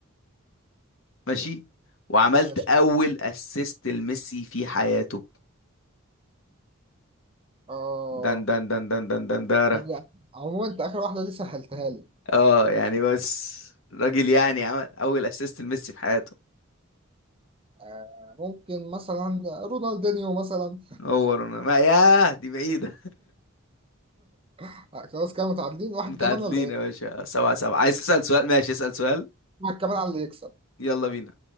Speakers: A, on the left; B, on the right.
A: ماشي وعملت
B: ماشي
A: أول أسيست لميسي في حياته
B: اه
A: دن دن دن دن دن دن دارا
B: طب عموما انت اخر واحدة دي سهلتها لي
A: اه يعني بس راجل يعني عمل أول أسيست لميسي في حياته
B: آه، ممكن مثلا رونالدينيو مثلا
A: هو انا ما ياه دي بعيدة
B: <laughs> خلاص كده متعادلين
A: <laughs>
B: واحد
A: متعادلين
B: كمان ولا ايه؟
A: يا باشا سبعة سبعة عايز تسأل سؤال ماشي اسأل سؤال
B: واحد كمان على اللي يكسب
A: يلا بينا